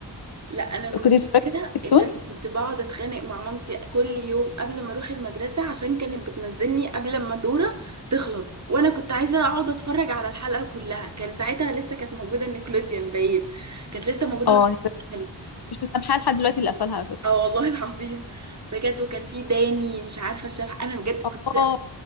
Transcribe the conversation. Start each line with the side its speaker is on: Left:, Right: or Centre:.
Right: لا انا كنت
Left: كنت بتفرج
Right: فاكره
Left: على سبيستون
Right: ان انا كنت بقعد اتخانق مع مامتي كل يوم قبل ما اروح المدرسه عشان كانت بتنزلني قبل ما دوره تخلص وانا كنت عايزه اقعد اتفرج على الحلقه كلها كان ساعتها لسه كانت موجوده نيكلوديان باين كانت لسه موجوده
Left: اه
Right: ما كانتش
Left: أنا كنت
Right: اتقفلت
Left: مش مسامحاها لحد دلوقتي اللي قفلها على فكرة
Right: اه والله العظيم بجد وكان في داني مش عارفه الشبح انا بجد كنت
Left: اه